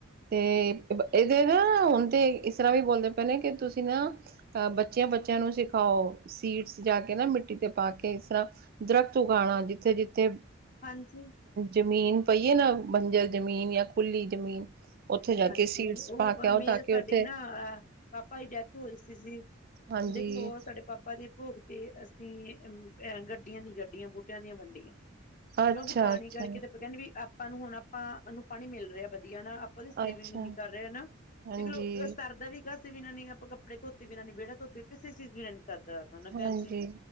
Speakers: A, on the right; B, on the left.
A: ਤੇ ਇਹਦੇ ਨਾ ਹੁਣ ਤੇ ਇਸ ਤਰ੍ਹਾਂ ਵੀ ਬੋਲਦੇ ਪਏ ਨੇ ਕਿ ਤੁਸੀਂ ਨਾ। ਬੱਚਿਆਂ -ਬੱਚਿਆਂ ਨੂੰ ਸਿਖਾਓ ਸੀਡਸ ਜਾ ਕੇ ਨਾ ਮਿੱਟੀ 'ਤੇ ਪਾ ਕੇ ਇਸ ਤਰ੍ਹਾਂ ਦਰਖਤ ਉਗਾਉਣਾ ਜਿੱਥੇ- ਜਿੱਥੇ
B: ਹਾਂਜੀ,
A: ਜ਼ਮੀਨ ਪਈ ਏ ਨਾ ਬੰਜਰ ਜ਼ਮੀਨ ਜਾਂ ਖੁੱਲੀ ਜ਼ਮੀਨ ਉੱਥੇ ਜਾ ਕੇ
B: ਜ
A: ਸੀਡਸ
B: ਉਹ
A: ਪਾ ਕੇ ਆਓ
B: ਮੇਲ
A: ਤਾਂ ਕਿ
B: ਸਾਡੇ
A: ਉੱਥੇ
B: ਨਾ। ਹ ਪਾਪਾ ਦੀ ਡੈਥ ਹੋਈ ਸੀ
A: ਹਾਂਜੀ
B: ਦੇਖ ਲੋ ਹੋਰ ਸਾਡੇ ਪਾਪਾ ਆਪਾਂ ਦੇ ਭੋਗ ਤੇ ਅਸੀਂ ਅ ਗੱਡੀਆਂ ਦੀ ਗੱਡੀਆਂ ਬੂਟਿਆਂ ਦੀਆਂ ਵੰਡੀਆਂ।
A: ਅੱਛਾ
B: ਕਿਉਂਕਿ ਪਾਣੀ
A: ਅੱਛਾ
B: ਕਰਕੇ ਤੇ ਆਪਾਂ ਕਹਿੰਦੇ ਵੀ ਆਪਾਂ ਨੂੰ ਹੁਣ ਆਪਾਂ ਨੂੰ ਪਾਣੀ ਮਿਲ ਰਿਹਾ ਵਧੀਆ ਨਾ। ਆਪਦੀ ਸੇਵਿੰਗ
A: ਅੱਛਾ
B: ਨੀ ਕਰ ਰਹੇ ਨਾ
A: ਹਾਂਜੀ
B: ਦੇਖ ਲਓ ਸਰਦਾ ਵੀ ਕਿਸੇ ਬਿਨਾ ਆਪਾਂ ਕੱਪੜੇ ਧੋਤੇ ਬਿਨਾਂ ਨੇ ਵਿਹੜਾ ਧੋਤੇ ਵੀ ਕਿਸੇ ਚੀਜ਼ ਬਿਨਾਂ ਨੀ ਸਰ ਤਾਂ ਹਨਾ
A: ਹਾਂਜੀ
B: ਭੈਣ ਜੀ